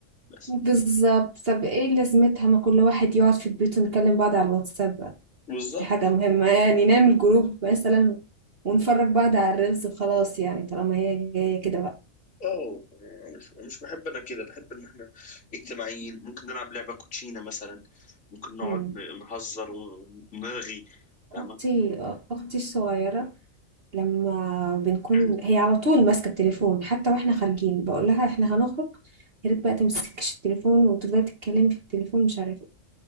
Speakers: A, on the left; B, on the right.
A: بس
B: بالظبط طب ايه لازمتها ما كل واحد يقعد في البيت ونكلم بعض على الواتساب بقى
A: بالظبط
B: في حاجة مهمة يعني نعمل جروب مثلا ونفرج بعض على الريلز وخلاص يعني طالما هي جاية كده بقى
A: اه مش مش بحب انا كده بحب ان احنا اجتماعيين ممكن نلعب لعبه كوتشينه مثلا ممكن نقعد
B: مم.
A: ن- نهزر ونرغي فاهمه
B: اختي اختي الصغيره لما بنكون
A: <clears throat>
B: هي على طول ماسكه التليفون حتى واحنا خارجين بقول لها احنا هنخرج يا ريت بقى تمسكيش التليفون وتفضلي تتكلمي في التليفون مش عارفه إيه.